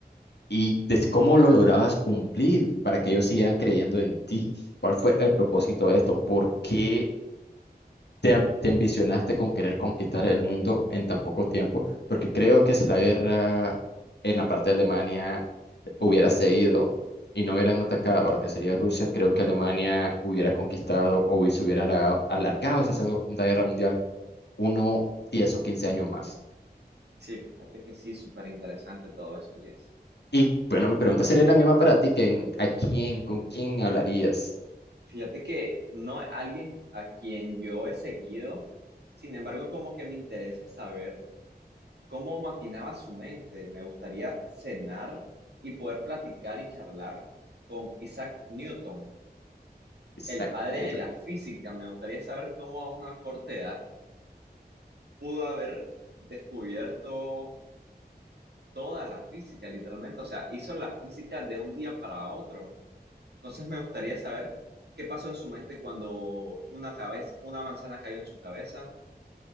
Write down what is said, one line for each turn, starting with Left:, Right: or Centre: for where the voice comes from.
Left: y des- cómo lo lograbas cumplir para que ellos siguieran creyendo en ti? ¿Cuál fue el propósito de esto? ¿Por qué? te, a- te ambicionaste con querer conquistar el mundo en tan poco tiempo? Porque creo que si la guerra en la parte de Alemania hubiera seguido y no hubieran atacado a lo que sería Rusia, creo que Alemania hubiera conquistado o se hubiera alargado, alargado esa Segunda Guerra Mundial uno, 10 o 15 años más.
Right: Sí, fíjate que sí, súper interesante todo eso, Elías.
Left: Y bueno, mi pregunta sería la misma para ti, que en- ¿a quién, con quién hablarías?
Right: Fíjate que no es alguien a quien yo he seguido, sin embargo, como que me interesa saber cómo maquinaba su mente. Me gustaría cenar y poder platicar y charlar con Isaac Newton.
Left: Exacto.
Right: el padre de la física. Me gustaría saber cómo a una corta edad pudo haber descubierto toda la física, literalmente. O sea, hizo la física de un día para otro. Entonces me gustaría saber qué pasó en su mente cuando una cabeza, una manzana cayó en su cabeza.